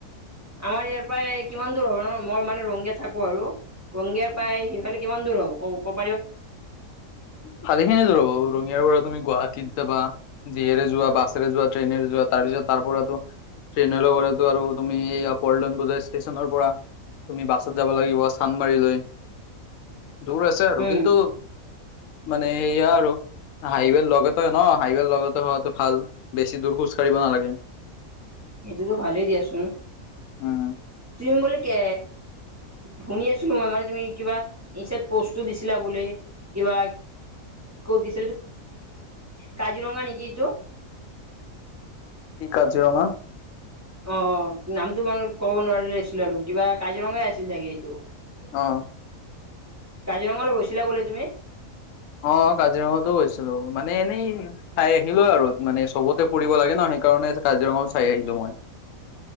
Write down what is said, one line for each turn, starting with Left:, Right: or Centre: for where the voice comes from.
Right: আমাৰ ইয়াৰ পৰাই কিমান দূৰ ধৰণৰ মই মানে ৰংকে থাকো আৰু। ৰংগিয়াৰ পৰাাই সিফালে কিমান দূৰ হ'ব ক।
Left: শালি খিনি জ ৰব ৰঙিয়াৰ পৰা তুমি। গুৱাহাটীত যাবা যিয়েৰে যোৱা বাছেৰে যোৱা ট্ৰেইনেৰে যোৱা তাৰ পিছত তাৰ পৰাতো ট্ৰেইনৰ লগতেটো আৰু তুমি এইয়া পল্টন বজাৰ ষ্টেচনৰ পৰা। তুমি বাছত যাব লাগিব চান্দমাৰি লৈ দূৰ আছে আৰু
Right: উম
Left: কিন্তু মানে সেয়া আৰু। হাইৱেৰ লগতে ন হাইৱেৰ লগতে হোৱাটো ভাল বেছি দূৰ খোজ কাঢ়িব নালাগে।
Right: সেইটোতো ভালেই দিয়াচোন
Left: উম
Right: তুমি বুলে কে শুনি আছো মই মানে তুমি কিবা ই প দিছিলা বোলে কিবা ক'ত দিছিলে কাজিৰঙা নেকি তটো
Left: কি কাজিৰঙা
Right: অ নামটো মানে ক'ব নোৱাৰিলে আছিলো কিবা কাজিৰঙাই আছিল চাগে এইটো।
Left: অ
Right: কাজিৰঙালৈ গৈছিলা বোলে তুমি।
Left: অ কাজিৰঙাতো গৈছিলো মানে এনেই চাই আহিলো আৰু মানে চবতে ফুৰিব লাগে ন। সেইেইকাৰণে কাজিৰঙা চাই আহিলো মই।